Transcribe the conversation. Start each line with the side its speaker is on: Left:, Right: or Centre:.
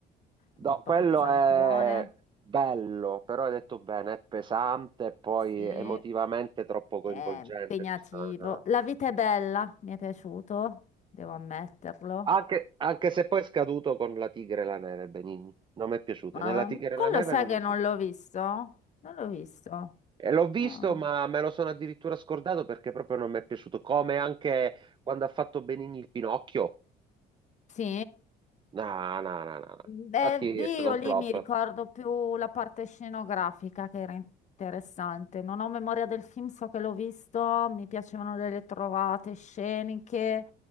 Left: un
Right: No,
Left: po'
Right: quello
Left: più pesantone.
Right: è bello, però hai detto bene, è pesante e poi
Left: Sì.
Right: emotivamente troppo coinvolgente,
Left: È impegnativo.
Right: giusto? No.
Left: La vita è bella, mi è piaciuto, devo ammetterlo.
Right: Anche, anche se poi è scaduto con La Tigre e la Neve, Benigni. Non mi è piaciuto.
Left: Ma
Right: Nella Tigre
Left: quello
Right: e la Neve
Left: sai
Right: non
Left: che
Right: mi è
Left: non
Right: piaciuto.
Left: l'ho visto? Non l'ho visto.
Right: E l'ho visto,
Left: Ah.
Right: ma me lo sono addirittura scordato perché proprio non mi è piaciuto. Come anche quando ha fatto Benigni il Pinocchio.
Left: Sì?
Right: No, no, no, no. no.
Left: Beh,
Right: Infatti
Left: io
Right: è stato un
Left: lì
Right: flop.
Left: mi ricordo più la parte scenografica che era interessante. Non ho memoria del film, so che l'ho visto, mi piacevano delle trovate sceniche,